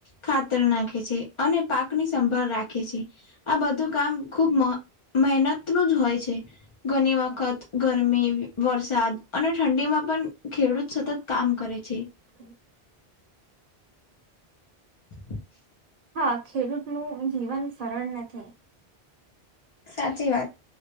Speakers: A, on the left; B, on the right.
A: ખાતર નાખે છે અને પાકની સંભાળ રાખે છે આ બધું કામ ખુબ મહ મહેનત નું જ હોય છે. ઘની વખત ગરમી વરસાદ અને ઠંડીમાં પન ખેડૂત સતત કામ કરે છે.
B: હમ.
A: હ
B: હા ખેડૂતનું જીવન સરળ નથી.
A: સાચી વાત